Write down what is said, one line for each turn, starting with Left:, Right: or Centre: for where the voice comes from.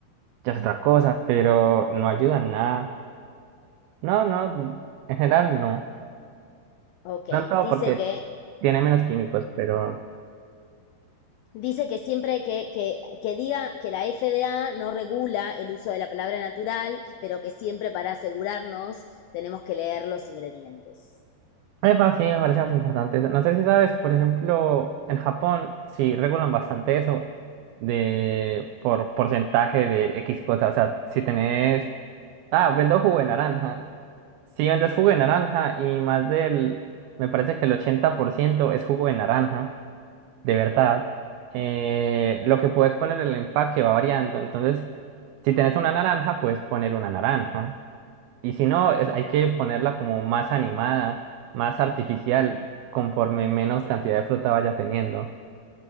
Right: ya es otra cosa, pero no ayuda en nada. No, no, en general no.
Left: Ok,
Right: Tanto
Left: dice
Right: porque
Left: que,
Right: tiene menos químicos, pero...
Left: dice que siempre que, que, que diga que la FDA no regula el uso de la palabra natural, pero que siempre para asegurarnos tenemos que leer los ingredientes.
Right: Epa, sí, me parece más importante eso. No sé si sabes, por ejemplo, en Japón sí regulan bastante eso de por porcentaje de X cosas. O sea, si tenés Ah, vendo jugo de naranja. Sí, vendes jugo de naranja y más del, me parece que el 80% es jugo de naranja, de verdad. Eh, lo que puedes poner en el empaque va variando. Entonces, si tenés una naranja, puedes poner una naranja. Y si no, es- hay que ponerla como más animada, más artificial, conforme menos cantidad de fruta vaya teniendo.